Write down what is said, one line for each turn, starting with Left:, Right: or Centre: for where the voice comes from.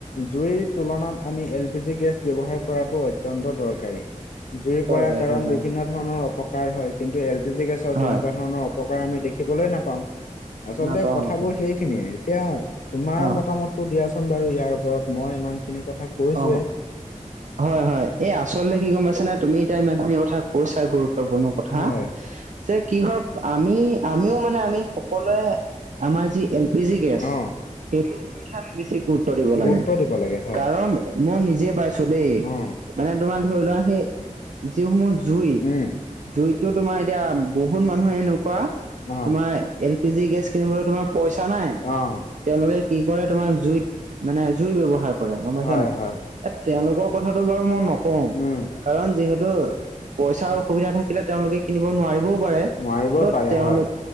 Left: জুইৰ তুলনাত আমি এল পি জি গেছ ব্যৱহাৰ কৰাটো অত্যন্ত দৰকাৰী। জুই
Right: দৰকাৰী,
Left: পৰাৰ কাৰণ
Right: দৰকাৰী,
Left: বিভিন্ন ধৰণৰ অপকাৰ হয় কিন্তু এল পি জি গেছৰ
Right: হয়,
Left: তেনেকুৱা ধৰণৰ। অপকাৰ আমি দেখিবলৈ নাপাওঁ আচলতে
Right: নাপাওঁ,
Left: কথাবোৰ
Right: নাপাওঁ,
Left: সেইখিনিয়ে এতিয়া। তোমাৰ
Right: অ',
Left: মতামতটো দিয়াচোন বাৰু ইয়াৰ ওপৰত মই ইমান খিনি কথা। কৈছোৱে।
Right: অ, হয় হয় এই আচলতে কি গম পাইছা নাই তুমি এতিয়া ইমান খিনি কথা কৈছা গুৰুত্বপূৰ্ণ ক থা।
Left: হয়
Right: পিছে কি হব আমি আমিও মানে আমি সকলোৱে আমাৰ যি এল পি জি গেছ
Left: অ'
Right: সেইটোৰ ওপৰতহে আমি বেছি গুৰুত্ব দিব লাগে
Left: গুৰুত্ব দিব লাগে হয়
Right: কাৰণ, মই নিজে পাইছো দেই
Left: অ'
Right: মানে তোমাৰ ধৰি লোৱা সেই যিসমূহ জুই।
Left: উম।
Right: জুইতো তোমাৰ এতিয়া বহুত মানুহে এনেকুৱা
Left: অ'
Right: তোমাৰ। এল পি জি গেছ কিনিবলৈ তোমাৰ পইচা নাই
Left: অ'
Right: তেওঁলোকে কি কৰে তোমাৰ জুইত। মানে জুই ব্যৱহাৰ কৰে গম পাইছা
Left: হয়
Right: নাই
Left: হয়
Right: এ তেওঁলোকৰ কথাটো বাৰু মই নক কওঁ
Left: উম
Right: কাৰণ যিহেতু পইচাৰ অসুবিধা থাকিলে তেওঁলোকে কিনিব নোৱাৰিবও পাৰে।
Left: নোৱাৰিব
Right: ত
Left: পাৰে
Right: তেওঁলোক
Left: হয়।